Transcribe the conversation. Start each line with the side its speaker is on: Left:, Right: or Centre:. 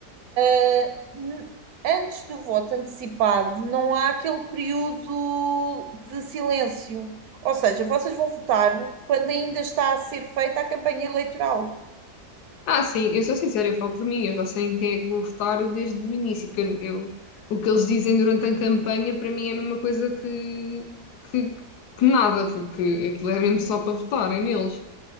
Right: Ah, n- antes do voto antecipado, não há aquele período de silêncio. Ou seja, vocês vão votar quando ainda está a ser feita a campanha eleitoral.
Left: Ah, sim, eu sou sincera, eu falo por mim, eu já sei em quem é que vou votar desde o início, que eu, eu- o que eles dizem durante a campanha para mim é a mesma coisa que, que, que nada, porque aquilo é mesmo só para votarem neles,